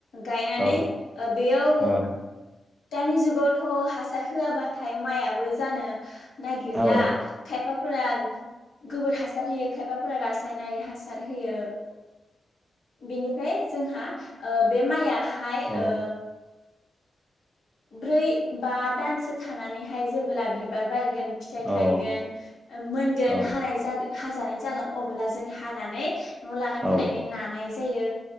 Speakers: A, on the left (about 75°); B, on the right (about 15°).
A: गायनानै
B: औ
A: ओ बेयाव
B: औ
A: दानि जुगावथ' हासार होआबाथाय माया बो जानो नागिरला
B: औ
A: खायफाफोरा गोबोर हासार होयो खायफाफोरा रासायनारि हासा सार होयो बेनिफ्राय जोंहा बे माइआ हाय
B: औ
A: ओ ब्रै बा दानसो थानानैहाय जेबोब्ला बिबार बारगोन फिथाय
B: औ
A: थायगोन मोनगोन
B: औ
A: हानाय जा हाजानाय जागोन । अब्ला जों हानानै न'आव लाना
B: औ
A: फैनानै नानाय जायो ।